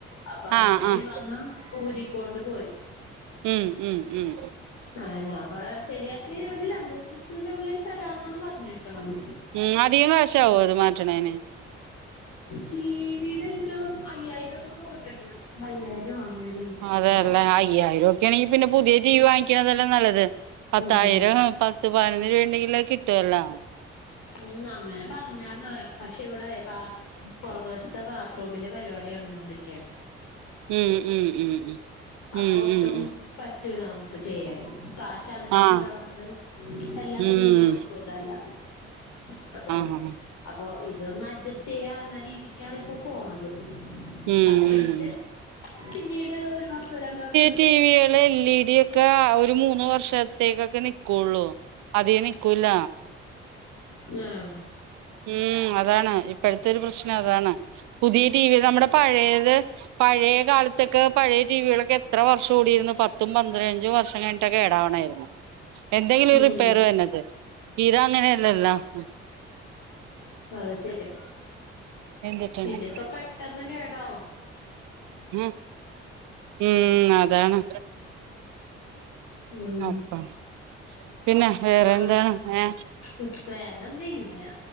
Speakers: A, on the left; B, on the right.
A: അപ്പ
B: ആഹ്
A: അവര്
B: ആഹ്
A: വന്ന ഊരിക്കോണ്ട് പോയി.
B: ഉം ഉം ഉം
A: അങ്ങനെ അപ്പൊ അത് ശെരിയാക്കി ഒരു രണ്ട്, മൂന്ന്സ്ത്തിനുള്ളി തരാന്നാണ് പർഞ്ഞേക്ക്ണത്.
B: ഉം അധികം കശാവൊ അത് മാറ്റ് ണേന്?
A: ടി വിടെ ഇൻകം അയ്യായിരം എന്തോന്നാ പർഞ്ഞ്ക്ക്ണ് അയ്യായിരോ ആറായി
B: അതെല്ലേ
A: <unintelligible>
B: അയ്യായിരം ഉർപ്പ്യാണെങ്കി പിന്നെ പുതിയ ടി വി വാങ്ങിക്ക്ണതെല്ലെ നല്ലത്. പത്തായിരം
A: ആഹ്
B: പത്ത് പതിനൊന്ന് രൂപ ഇണ്ടെങ്കിൽ അത് കിട്ടുവല്ലോ.
A: ഉം അങ്ങനെ പർഞ്ഞാര്ന്നഹ് പക്ഷെ ഇവിടെ പാ ശെ പൊറക് വശത്ത ബാത്റൂമിന്റെ പരിവാടി നടന്നോണ്ടിരിക്ക്യാ.
B: ഉം ഉം ഉം ഉം
A: അപ്പൊ
B: ഉം
A: ഒട്ടും
B: ഉം ഉം
A: പറ്റൂല നമുക്ക് ചെയ്യാൻ കാശ് അതിനും
B: ആഹ്
A: ചെലവാണ്ട് എല്ലാത്തിനും
B: ഉം
A: കൂടി നടക്കൂലല്ല <unintelligible>
B: ഉം
A: അപ്പൊ ഇതൊന്ന് അഡ്ജസ്റ്റെയ്യാ എന്ന രീതിക്കാണ് ഇപ്പോ പോണത്
B: ഉം
A: അതെയ്ഞ്ഞ്
B: ഉം
A: ട്ട് പിന്നീട് ഒരു വർഷം രണ്ട് വർഷം
B: ടി വികള് എൽ ഇ ഡി <unintelligible> ഒരു മൂന്ന് വർഷത്തേക്കൊക്കെ നിക്കൊള്ളൂ അധിക നിക്കൂല.
A: ആഹ്
B: ഉം അതാണ് ഇപ്പഴത്തെ ഒരു പ്രശ്നം അതാണ്. പുതിയ ടി വി നമ്മുടെ പഴയത് പഴയ കാല ത്തക്കെ പഴയ ടി വിയാളൊക്കെ എത്ര വർഷം ഓടിയിരുന്നു പത്തും പന്ത്രഞ്ചും വർഷം കഴിഞ്ഞ്ട്ടാ കേടാവ്ണായിരുന്നു. എന്തെങ്കിലും ഒരു
A: ഉം
B: റിപ്പയർ വര്നത് ഇത അങ്ങനെയല്ലല്ലോ ഹ്.
A: അഹ് ശെര്യാ
B: എന്തിട്ടുണ്ട്
A: ഇതിപ്പൊ പെട്ടെന്ന് കേടാവും.
B: ഉം ഉം അതാണ്
A: ഉം
B: അപ്പം പിന്നെ വേറെ
A: ആഹ്
B: എന്താണ് ഏ
A: ഉം വേറെന്താ ഇങ്ങനെ